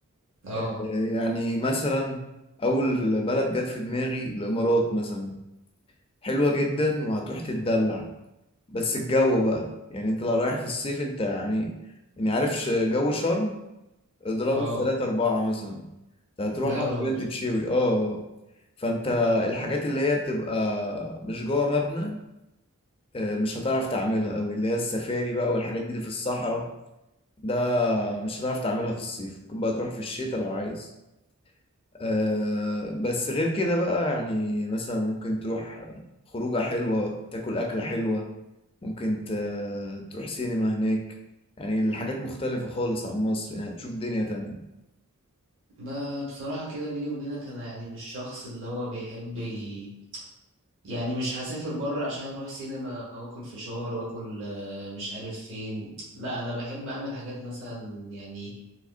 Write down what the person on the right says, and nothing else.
اه
اه
لا
يا راجل
ما بصراحة كده بيني وبينك أنا يعني مش شخص اللي هو بيحب ي... يعني مش هسافر بره عشان أروح سينما وآكل فشار وآكل آه، مش عارف فين لا أنا بحب أعمل حاجات مثلا يعني